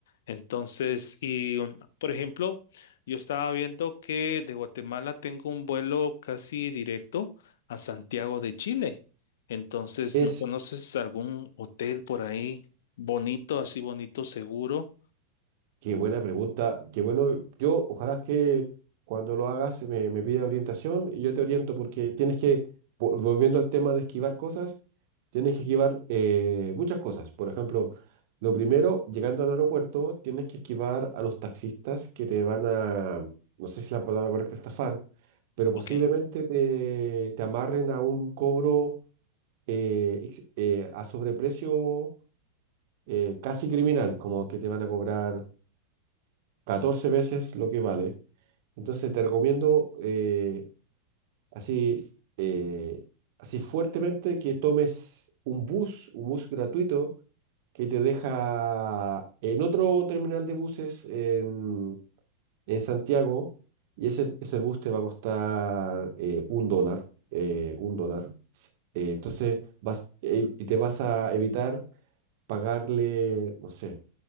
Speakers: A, on the left; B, on the right.
A: Entonces, y um, por ejemplo, yo estaba viendo que de Guatemala tengo un vuelo casi directo a Santiago de Chile. Entonces,
B: Es,
A: ¿no conoces algún hotel por ahí bonito, así bonito, seguro?
B: qué buena pregunta, qué bueno, yo ojalá que cuando lo hagas me, me pida orientación y yo te oriento porque tienes que, po- volviendo al tema de esquivar cosas, tienes que esquivar eh, muchas cosas. Por ejemplo, lo primero, llegando al aeropuerto, tienes que esquivar a los taxistas que te van a, no sé si la palabra correcta es estafar, pero posiblemente
A: Ok.
B: te, te amarren a un cobro eh, ex- eh, a sobreprecio eh, casi criminal, como que te van a cobrar. 14 veces lo que vale. Entonces te recomiendo eh, así, eh, así fuertemente que tomes un bus, un bus gratuito que te deja en otro terminal de buses en, en Santiago y ese, ese bus te va a costar eh, un dólar, eh, un dólar. S- eh, entonces vas eh, y te vas a evitar pagarle, no sé.